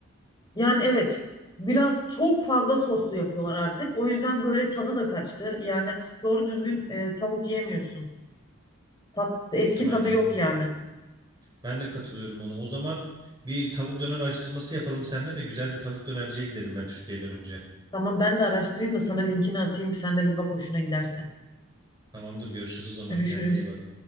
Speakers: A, on the left; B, on the right.
A: Yani evet. Biraz çok fazla soslu yapıyorlar artık. O yüzden böyle tadı da kaçtı. Yani doğru düzgün e, tavuk yiyemiyorsun. Tat, eski
B: Aynen.
A: tadı yok yani.
B: Ben de katılıyorum ona. O zaman bir tavuk döner araştırması yapalım seninle de güzel bir tavuk dönerciye gidelim ben Türkiye'ye dönünce.
A: Tamam ben de araştırayım da sana linkini atayım. Sen de bir bak hoşuna giderse.
B: Tamamdır görüşürüz o zaman.
A: Görüşürüz.
B: Kendine iyi bak.